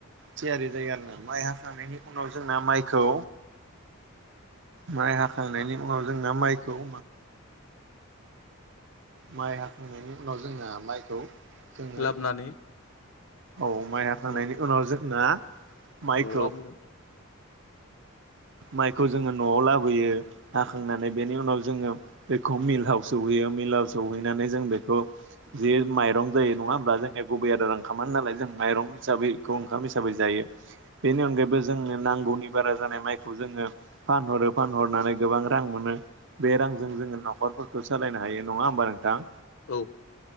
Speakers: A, on the right (about 60°); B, on the left (about 65°).
A: थियारि जायो आरो ना माइ हाखांनायनि उनाव जोंना माइखौ माइ हाखांनायनि उनाव जोंना माइखौ माइ हाखांनायनि उनाव जोंना माइखौ जोङो
B: लाबोनानै
A: औ माइ हाखांनायनि
B: न'
A: उनाव जोंना माइखौ
B: नआव लाबोगोन
A: माइखौ जोङो नआव लाबोयो हाखांनानै बेनि उनाव जोङो बेखौ मिलाव सौहैयो मिलाव सौहैनानै जों बेखौ जे माइरं जायो नङा होमब्ला जोंनिया गुबै आदार ओंखामानो नालाय जों माइरं हिसाबै बेखौ ओंखाम हिसाबै जायो बेनि अनगायैबो जोंनो नांगौनि बारा जानाय माइ खौ जोङो फानहरो फानहरनानै गोबां रां मोनो बे रांजों जोङो नखरफोरखौ सालायनो हायो नङा होमबा नोंथां
B: औ